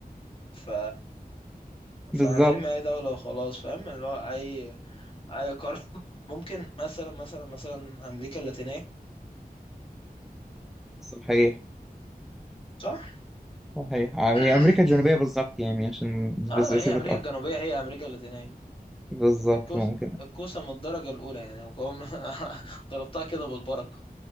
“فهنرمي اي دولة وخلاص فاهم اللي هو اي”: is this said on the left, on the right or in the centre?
Left